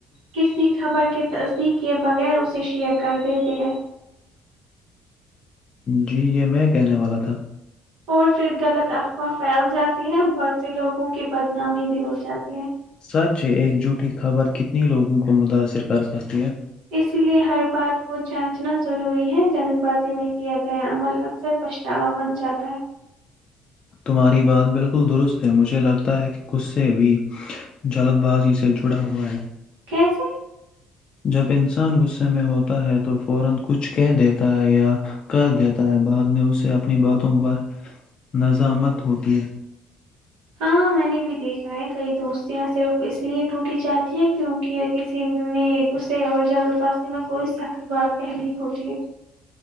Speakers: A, on the right; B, on the left.
A: کسی خبر کے تصدیق کے بغیر اسے شیئر کر دیتے ہے
B: جی یہ میں کہنے والا تھا
A: اور پھر غلط افواہ پھیل جاتی ہے بہت سے لوگوں کی بدنامی بھی ہو جاتی ہے
B: سچ ایک جھوٹی خبر کتنی لوگوں کو متاثر کر سکتی ہے
A: اسی لئے ہر بات کو جانچنا ضروری ہے جلد بازی میں کیا گیا عمل اکثر پچھتاوا بن جاتا ہے
B: تمہاری بات بالکل درست ہے مجھے لگتا ہے کہ ک سے بھی جلد بازی سے جڑا ہوا ہے
A: کیسے
B: جب انسان غصے میں ہوتا ہے تو فورا کچھ کہہ دیتا ہے یا کر دیتا ہے بعد میں اسے اپنی باتوں پر نظامت ہوتی ہے
A: ہاں میں نے بھی دیکھا ہے کئی دوستیاں صرف اس لیے ٹوٹی جاتی ہیں کیونکہ کسی نے گے اور جلد بازی میں کوئی سخت بات کہہ دی ہوتی ہے